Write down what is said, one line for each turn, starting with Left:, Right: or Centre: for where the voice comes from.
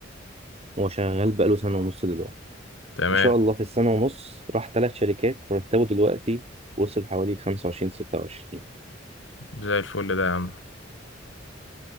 Right: هو شغال بقاله سنة ونص دلوقتي
Left: تمام
Right: ما شاء الله في السنة ونص راح ثلاث شركات مرتبه دلوقتي وصل حوالي خمسة وعشرين ستة وعشرين
Left: زي الفل ده يا عم